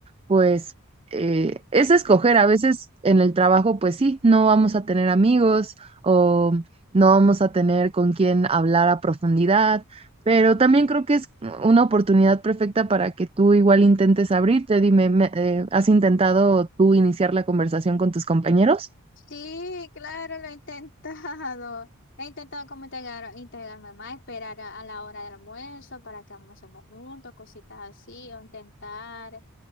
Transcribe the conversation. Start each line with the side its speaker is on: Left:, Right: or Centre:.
Right: pues eh, es escoger. A veces en el trabajo, pues sí, no vamos a tener amigos o no vamos a tener con quién hablar a profundidad, pero también creo que es una oportunidad perfecta para que tú igual intentes abrirte. Dime, me- eh, ¿has intentado tú iniciar la conversación con tus compañeros?
Left: Sí, claro, lo he intentado. <laughs> He intentado como integrar, integrarme más, esperar a, a la hora del almuerzo para que almorcemos juntos, cositas así, o intentar,